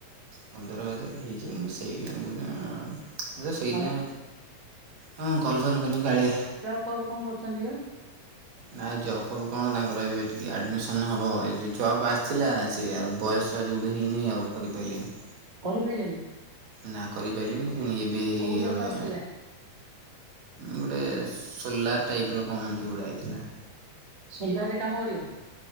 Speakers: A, on the right; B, on the right.
A: ପନ୍ଦର ହଜାର ହେଇଯିବ ମୁଁ ସେଇାକୁ ମୁ ତେ ସେଇଟା
B: ଆଉ
A: ହଁ କଲ ଫଲ ନ କଲି କାଳେ
B: ବାପ ବୋଉ କଣ କରୁଛନ୍ତି ବା?
A: ନା ଜବ ଫବ୍ କଣ ତାଙ୍କର ଏବେ ଟିକିଏ ଆଡମିସନ ହବ ଏଇ ଯଉ ଜବ୍ ଆସିଥିଲା ସେଏଉ ବୟସ ତ ଯୋଡ଼ି ହେଇନି ଆଉ କରିପାରିଲେନି।
B: କହିପାରିଲାନି
A: ନା କରିପାରିଲେନି ଫେଣି ଏବେ ଏଇ
B: କୋଉ ଜବ୍
A: ଗୁଡା
B: ଆସିଥିଲା
A: ଗୋଟେ ସୋଲାର ଟାଇପ୍ ର କଣ ଏମିତି ଗୁଡ଼ା ଆଇଥିଲା।
B: ସୋଲାର ରେ କାମ କରିବ।